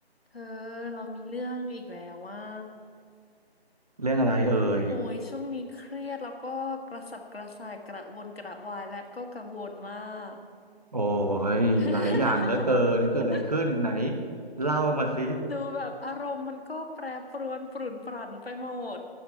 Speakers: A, on the left (about 65°); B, on the right (about 35°).
A: เธอเรามีเรื่องอีกแล้วว่า
B: เรื่องอะไรเอ่ย
A: โอ้ยช่วงนี้เครียดแล้วก็กระสับกระส่ายกระวนกระวายและก็กังวลมาก
B: โอ้ยหลายอย่างเหลือเกิน
A: <laughs>
B: เกิดอะไรขึ้นไหนเล่ามาสิ
A: ดูแบบอารมณ์มันก็แปรปรวนปรุ่นปรั่นไปหมด